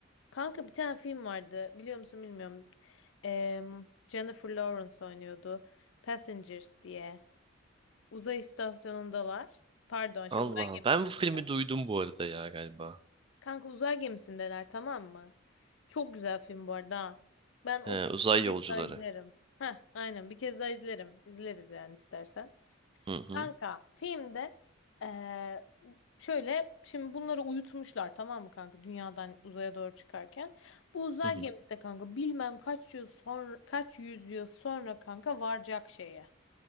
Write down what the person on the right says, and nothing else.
Allah
Allah.
Ben bu filmi duydum bu arada ya galiba.
He,
uzay yolcuları.
Hı hı.
Hı hı.